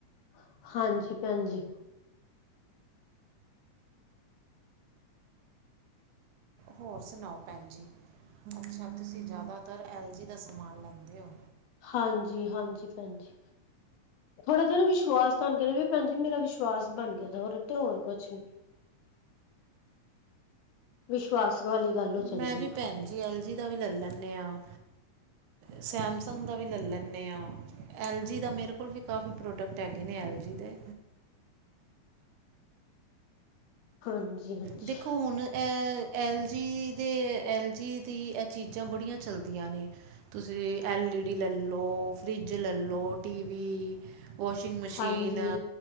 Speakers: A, on the left (about 75°); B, on the right (about 80°).
A: ਹਾਂ। ਹਾਂਜੀ ਭੈਣ ਜੀ।
B: ਹੋਰ ਸੁਣਾਓ ਭੈਣ ਜੀ ਅੱਛਾ ਤੁਸੀਂ ਜ਼ਿਆਦਾਤਰ ਐਲ ਜੀ ਦਾ ਸਮਾਨ ਲੈਂਦੇ ਹੋ।
A: ਹਾਂਜੀ -ਹਾਂਜੀ ਭੈਣ ਜੀ। ਥੋੜਾ ਜਿਹਾ ਨਾ ਵਿਸ਼ਵਾਸ ਤੁਹਾਨੂੰ ਕਿੰ ਵੀ ਭੈਣ ਮੇਰਾ ਵਿਸ਼ਵਾਸ ਬਣ ਗਿਆ ਹੋ ਤੇ ਹੋਰ ਕੁਛ ਨੀ। ਵਿਸ਼ਵਾਸ ਵਾਲੀ ਗੱਲ ਹੋ ਜਾਂਦੀ।
B: ਮੈਂ ਵੀ ਭੈਣ ਜੀ ਐਲ ਜੀ ਦਾ ਵੀ ਲਈ ਲੈਂਦੇ ਹਾਂ। ਸੈਮਸੰਗ ਦਾ ਵੀ ਲੈ ਲੈਂਦੇ ਹਾਂ ਐੱਲ ਜੀ ਦਾ ਮੇਰੇ ਕੋਲ ਵੀ ਕਾਫੀ। ਪ੍ਰੋਡਕਟ ਹੈਗੇ ਨੇ ਐੱਲ ਜੀ ਦੇ।
A: ਹਾਂਜੀ ਹਾਂਜੀ
B: ਦੇਖੋ ਹੁਣ ਐਲ ਜੀ ਦੇ ਐਲ ਜੀ ਦੀ ਚੀਜ਼ਾਂ ਬੜੀਆਂ ਚੱਲਦੀਆਂ ਨੇ ਤੁਸੀਂ ਐੱਲ ਈ ਡੀ ਲੈ ਲਓ, ਫਰਿੱਜ ਲੈ ਲਓ, ਟੀ ਵੀ ਵੋਸ਼ਿੰਗ ਮਸ਼ੀਨ
A: ਹਾਂਜੀ।